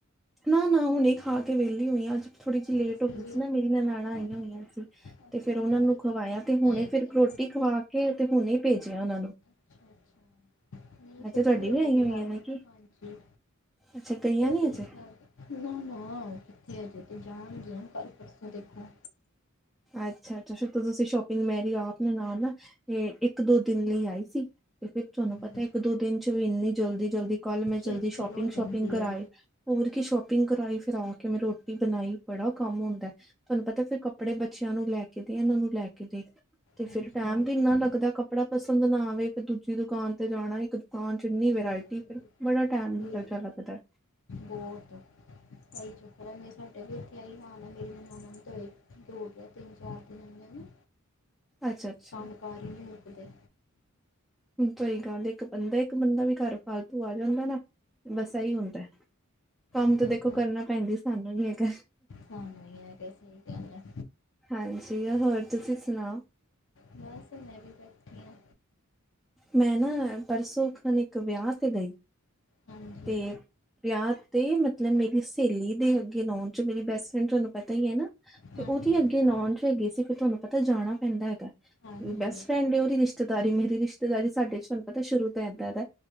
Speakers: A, in the centre; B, on the left (about 60°).
A: ਨਾ-ਨਾ ਹੁਨੇ ਖਾ ਕੇ ਵਿਹਲੀ ਹੋਈ ਆ ਅੱਜ ਥੋੜੀ
B: ਅੱਛਾ
A: ਜਿਹੀ ਲੇਟ
B: ਅਸੀਂ
A: ਹੋ ਗਈ
B: ਵੀ
A: ਸੀ ਨਾ ਮੇਰੀ ਨੈਣਾਣਾ
B: ਹਾਂ
A: ਆਈਆਂ ਹੋਈਆਂ ਸੀ।
B: ਅੱਛਾ
A: ਤੇ ਫੇਰ
B: ਅੱਛਾ
A: ਉਹਨਾਂ
B: ਮੇਰੀ
A: ਨੂੰ ਖਵਾਇਆ
B: ਵੀ ਨਨਾਣ
A: ਤੇ
B: ਆਈ
A: ਫਿਰ
B: ਦੀ ਹੈ
A: ਰੋਟੀ ਖਵਾ ਕੇ ਤੇ ਹੁਣੇ ਭੇਜਿਆ ਉਹਨਾਂ ਨੂੰ।
B: ਅੱਛਾ-ਅੱਛਾ ਨਹੀਂ
A: ਅੱਛਾ
B: ਸੁਤੇ
A: ਤੁਹਾਡੀ
B: ਨੀ, ਰੋਟੀ-ਰੋਟੀ
A: ਵੀ ਆਈਆਂ ਹੋਈਆਂ
B: ਖਾ
A: ਨੇ
B: ਕੇ
A: ਕੀ
B: ਹਾਂਜੀ।
A: ਅੱਛਾ ਗਈਆਂ
B: ਰੋਟੀ
A: ਨੀ
B: ਰੁਟੀ
A: ਅਜੇ
B: ਖਾ। ਨਾ-ਨਾ ਕਿੱਥੇ ਆਜੇ ਤੇ ਜਾਣਗੀਆਂ ਕੱਲ ਪਰਸੋਂ ਦੇਖੋ।
A: ਅੱਛਾ-ਅੱਛਾ ਸ਼ੁਰੁਤੋ ਤੁਸੀਂ ਸ਼ੋਪਿੰਗ ਮੇਰੀ ਆਪ ਨੈਣਾਣਾ ਨਾਲ ਇਹ ਇੱਕ ਦੋ ਦਿਨ ਲਈ ਆਈ ਸੀ। ਤੇ ਫੇਰ ਤੁਹਾਨੂੰ
B: ਹਮ,
A: ਪਤਾ ਇੱਕ ਦੋ ਦਿਨ ਚ ਵੀ ਇੰਨੀ ਜਲਦੀ-ਜਲਦੀ। ਕੱਲ ਮੈਂ,
B: ਖੇਚਲ
A: ਜਲਦੀ ਸ਼ੋਪਿੰਗ
B: ਹੋ
A: ਸ਼ੋਪਿੰਗ
B: ਜਾਂਦੀ
A: ਕਰਾ
B: ਆ
A: ਆਈ। ਹੋਰ ਕੀ ਸ਼ੋਪਿੰਗ ਕਰਾਈ, ਫਿਰ ਆ ਕੇ ਮੈਂ ਰੋਟੀ ਬਣਾਈ, ਬੜਾ ਕੰਮ ਹੁੰਦਾ ਐ ਤੁਹਾਨੂੰ ਪਤਾ ਫਿਰ ਕੱਪੜੇ। ਬੱਚਿਆਂ ਨੂੰ ਲੈਕੇ ਦੇਤੇ, ਇਹਨਾਂ ਨੂੰ ਲੈਕੇ ਦੇਤੇ ਫਿਰ
B: ਹਾਂਜੀ
A: ਟਾਈਮ
B: ਇਹ
A: ਵੀ
B: ਤੇ
A: ਇੰਨਾ
B: ਹੈ
A: ਲੱਗਦਾ ਕੱਪਰਿਆ। ਕੱਪੜਾ ਪਸੰਦ ਨਾ ਆਵੇ, ਫੇਰ ਦੂਜੀ ਦੁਕਾਨ ਤੇ ਜਾਣਾ ਇੱਕ ਦੁਕਾਨ ਚ। ਕਿੰਨੀ ਵੈਰਾਇਟੀ,
B: ਬਿਲਕੁਲ ਬਿਲਕੁਲ
A: ਫੇਰ ਬੜਾ
B: ਬਿਲਕੁਲ
A: ਟਾਈਮ ਲੱਗ
B: ਜੀ
A: ਜਾਂਦਾ ਪਤਾ।
B: ਬਹੁਤ। ਆਈ ਚੱਕਰ ਐ, ਮੈਂ ਸਾਡੇ ਵੀ ਇੱਥੇ ਆਹੀ ਹਾਲ ਆ ਮੇਰੀ ਨਾਨਾਣਾ ਨੂੰ ਹੋ ਗਿਆ ਤਿੰਨ ਚਾਰ ਦਿਨਾਂ ਨੂੰ।
A: ਅੱਛਾ-ਅੱਛਾ
B: ਬਸ ਕੰਮ ਕਾਰ ਹੀ ਨਹੀਂ ਮੁੱਕਦੇ।
A: ਸਹੀ ਗੱਲ ਏ, ਇੱਕ ਬੰਦਾ ਇੱਕ ਬੰਦਾ ਵੀ ਘਰ ਫਾਲਤੂ ਆ ਜਾਂਦਾ ਨਾ ਬਸ ਇਹੀ ਹੁੰਦਾ। ਕੰਮ
B: ਇਹੀ
A: ਤਾਂ ਦੇਖੋ
B: ਹੁੰਦਾ
A: ਕਰਨਾ ਪੈਂਦਾ ਸਾਨੂੰ ਹੀ ਹੈਗਾ।
B: ਸਾਨੂੰ ਹੀ ਆ ਕਿ ਸਹੀ ਗੱਲ ਹੈ
A: ਹਾਂਜੀ, ਹੋਰ ਤੁਸੀਂ ਸੁਣਾਓ।
B: ਬਸ, ਮੈਂ ਵੀ ਬੈਠੀ ਆ।
A: ਮੈਂ ਨਾ ਪਰਸੋਂ ਖਨੇ ਇੱਕ ਵਿਆਹ ਤੇ ਗਈ।
B: ਹਾਂਜੀ
A: ਤੇ ਵਿਆਹ ਤੇ ਮਤਲਬ ਮੇਰੀ ਸਹੇਲੀ ਦੇ ਅੱਗੇ ਨੋਨ। ਜੋ ਮੇਰੀ ਬੈਸਟ ਫਰੈਂਡ ਤੁਹਾਨੂੰ ਪਤਾ ਹੀ ਐ ਨਾ ਤੇ
B: ਹਾਂਜੀ
A: ਉਹਦੀ ਅੱਗੇ ਨੌ
B: ਹਾਂਜੀ
A: ਹੈਗੀ ਸੀ, ਫਿਰ ਤੁਹਾਨੂੰ ਪਤਾ ਜਾਣਾ ਪੈਂਦਾ ਹੈਗਾ,
B: ਹਾਂਜੀ
A: ਬੈਸਟ ਫਰੈਂਡ ਉਹਦੀ ਰਿਸ਼ ਦਾਰੀ ਮੇਰੀ ਰਿਸ਼ਤੇਦਾਰੀ ਸਾਡੇ ਚ ਮੈਨੂੰ ਪਤਾ ਸ਼ੁਰੂ ਤੋਂ ਏਦਾਂ ਦਾ